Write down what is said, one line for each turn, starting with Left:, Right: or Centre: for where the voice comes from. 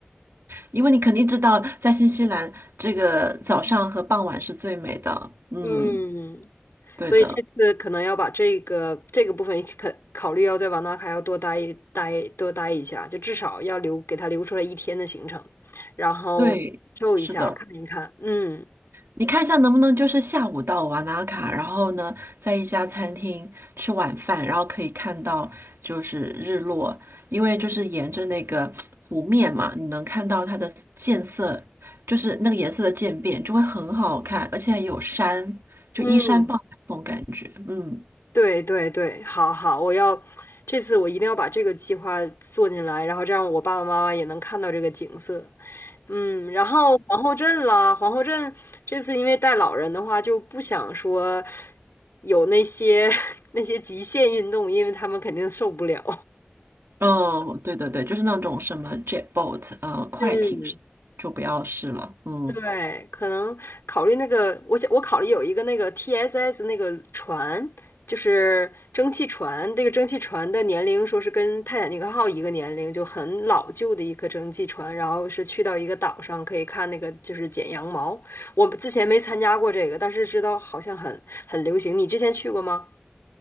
Right: 因为你肯定知道，在新西兰这个早上和傍晚是最美的。
Left: <laughs>
Right: 嗯，
Left: 嗯。
Right: 对的，
Left: 所以这次可能要把这个这个部分可考虑要在瓦纳卡要多待一待多待一下，就至少要留给他留出来一天的行程，然后感受一下看一看。
Right: 对，是的。
Left: 嗯
Right: 你看一下能不能就是下午到瓦纳卡，然后呢，在一家餐厅吃晚饭，然后可以看到就是日落，因为就是沿着那个湖面嘛，你能看到它的渐色，就是那个颜色的渐变，就会很好看，而且有山，就依山傍海那种感觉。
Left: 嗯，
Right: 嗯。
Left: 对对对，好好，我要这次我一定要把这个计划做进来，然后这样我爸爸妈妈也能看到这个景色。嗯，然后皇后镇啦，皇后镇这次因为带老人的话，就不想说有那些 <laughs> 那些极限运动，因为他们肯定受不了。
Right: 嗯，对对对，就是那种什么 jetboat，呃，快艇是就不要试了。
Left: 嗯，
Right: 嗯，
Left: 对，可能考虑那个，我想我考虑有一个那个 TSS 那个船，就是蒸汽船，这个蒸汽船的年龄说是跟泰坦尼克号一个年龄，就很老旧的一个蒸汽船，然后是去到一个岛上可以看那个就是剪羊毛。我之前没参加过这个，但是知道好像很很流行。你之前去过吗？